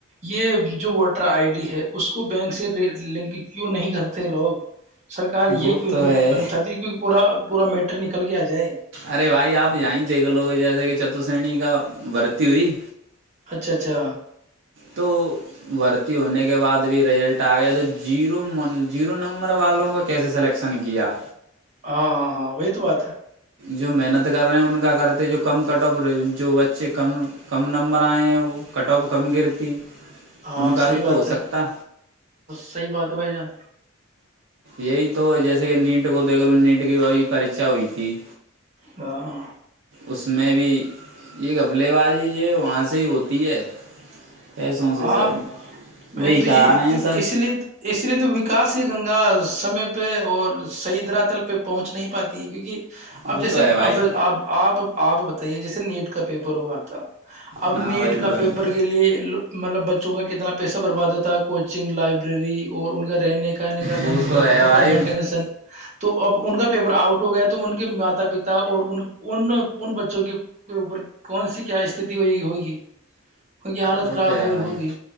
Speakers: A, on the right; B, on the right.
A: یہ جو ووٹر آئی ڈی ہے اس کو بینک سے لنک کیوں نہیں کرتے لوگ سرار
B: وہ
A: یہ کیوں
B: تو
A: نہیں
B: ہے
A: مطلب چاہتی کیہ پورا پور میٹر نہیں <unintelligible> نکل کے آ جائے <unintelligible>
B: ارے بھائی آپ جیں دیکھ لوگ جیسے کہ چتر سنی کا ورتی ہوئی
A: اچھا اچھا
B: تو ھرتی ہونے کے بعد بھی رزلٹ آ گیا تو جیرو جیرو نمبر والوں کا کیسے سلیکشن کیا
A: ہاں ہاں ہاں وہی تو بات ہے
B: جو محنت کر رہے ہیں ان کا کرتے جو کم کٹ آف رہے جو بچے کم کم نمبر آئے ہیں وہ کٹ آف کم گرتی
A: ہاں
B: ان کا
A: صحی
B: بھی تو
A: بات
B: ہو
A: ہے
B: سکتا
A: صحی بات ہے بھائی جان
B: یہی تو جیسے کہ نیٹ کو دیکھ لو نیٹ کی وہی پیچا ہوئی تھی
A: ہ <unintelligible>
B: اس میں بھی یہ گفلے بازی یہ وہاں سے ہی ہوتی ہے پیسوں سے
A: ہاں
B: سب
A: میں
B: وہی
A: تو یہ
B: کرا رہے
A: تو
B: ہیں سب
A: اس لیے اس لیے تو وکاس ہی گنگا سمے پہ اور صحیح دراتل پہ پہنچ نہیں پاتی ہے کیونکہ اب
B: وہ
A: جیسے
B: تو ہے بھائی
A: اب آ آپ آپ بتائیے جیسے نیٹ کا پیپر ہوا تھا اب
B: ہاں
A: نیٹ
B: بھائی
A: کا
B: ہوا
A: پیپر
B: میں
A: کے لیے مطلب بچوں کا کتنا پیہ بروا دیتا تھا کوچنگ لائف ری اور ان کا رہنے کانے کا
B: وہ
A: ڈنگ
B: تو
A: ان
B: ہے بھائی
A: کا مٹن تو ا ان کا پیپر آؤٹ ہو گئے تو ان کے ماتا پتا اور ان ان بچوں کے اوپر کون سی کیا است ہوگی ان کی ہال
B: وہ
A: خراب
B: تو ہے
A: ہوئی
B: بھائی
A: ہوگی